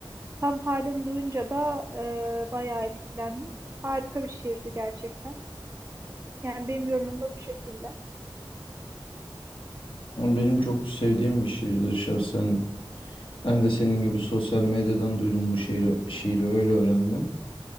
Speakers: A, on the right (about 25°); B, on the left (about 75°).
A: Tam halini duyunca da e, bayağı etkilendim. Harika bir şiirdi gerçekten. Yani benim yorumum da bu şekilde.
B: Ama Benim çok sevdiğim bir şiirdir şahsen. Ben de senin gibi sosyal medyadan duydum bu şiiri, şiiri öyle öğrendim.